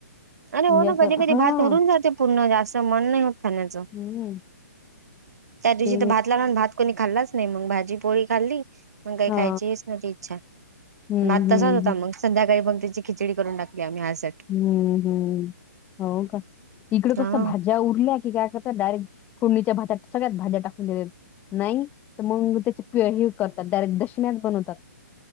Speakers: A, on the right; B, on the left.
A: अरे
B: म्हणजे
A: हो ना
B: असं
A: कधी कधी
B: हा
A: भात उरून जाते पूर्ण जास्त मन नाही होत खाण्याचं.
B: हम्म.
A: त्या दिवशी
B: ते
A: तर भात लावला भात कोणी खाल्लाच नाही मग भाजी पोळी खाल्ली. मग काही
B: हा
A: खायची हीच नव्हती इच्छा
B: हम्म
A: भात
B: हम्म
A: तसंच होता मग संध्याकाळी मग त्याची खिचडी करून टाकली आम्ही असं
B: हम्म हम् हो का इकडं
A: हा
B: कसं भाज- ज्या उरल्या की काय करत डायरेक्ट फोडणीच्या भातात सगळ्यात भाज्या टाकून देतात. नाही तर मग ते- ह करतात डायरेक्ट दशम्याच बनवतात.